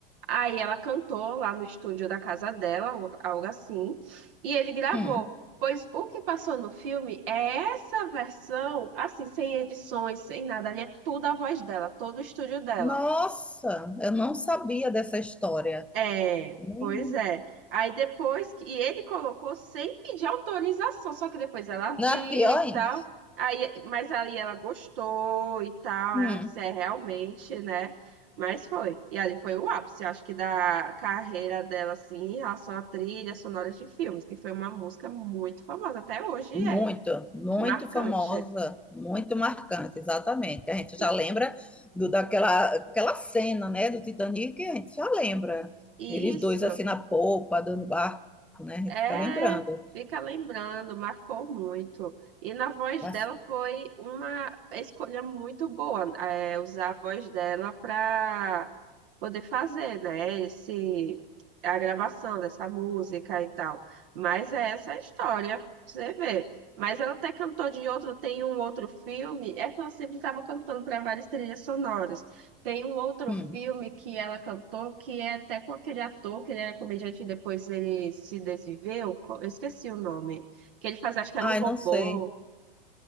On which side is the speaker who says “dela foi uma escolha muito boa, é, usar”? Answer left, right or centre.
Right